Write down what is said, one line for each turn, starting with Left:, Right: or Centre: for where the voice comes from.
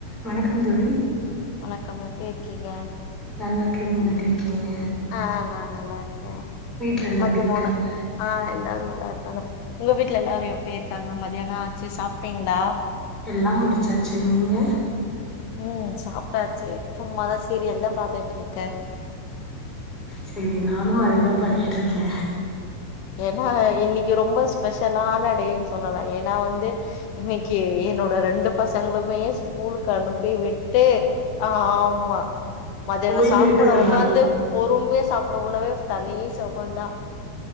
Centre: வணக்கம் தோழி
Left: வணக்கம் எப்டி இருக்கீங்க
Centre: நல்லா இருக்கே நீங்க எப்டி இருக்கீங்க
Left: ஆ நா நல்லா இருக்கே
Centre: வீட்ல எல்லா
Left: மதிய
Centre: எப்டி இருக்காங்க
Left: மூணு ஆ எல்லாரு நல்லா இருக்காங்க உங்க வீட்ல எல்லாரு எப்டி இருக்காங்க மதியான ஆச்சு சாப்ட்டீங்களா
Centre: எல்லா முடுச்சாச்சு நீங்க
Left: ம் சாப்ட்டாச்சு சும்மாதா சீரியல் தா பாத்துட்டு இருக்கே
Centre: சேரி நானும் அதே தா பண்ணிகிட்டு இருக்கே
Left: ஏனா இன்னிக்கி ரொம்ப ஸ்பெஷலான டேன் சொல்லலா ஏனா வந்து இன்னிக்கு என்னோட ரெண்டு பசங்களுமே ஸ்கூலுக்கு அனுப்பி விட்டு ஆமா மத்தியானோ
Centre: ஓய்வு
Left: சாப்பாட
Centre: எடுக்கிற
Left: ஒக்காந்து
Centre: நாள்
Left: பொறுமையா சாப்பர்ற உணவே தனி சுகந்தா